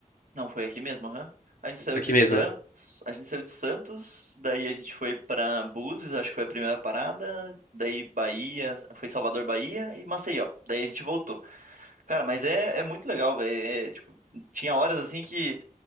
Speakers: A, on the right; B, on the left.
A: Não, foi aqui mesmo, aham. A gente saiu
B: Aqui
A: de Santos,
B: mesmo, né?
A: a gente saiu de Santos, daí a gente foi pra Búzios, acho que foi a primeira parada, daí Bahia, foi Salvador, Bahia e Maceió. Daí a gente voltou. Cara, mas é, é muito legal, velho. É, é, tipo, tinha horas assim que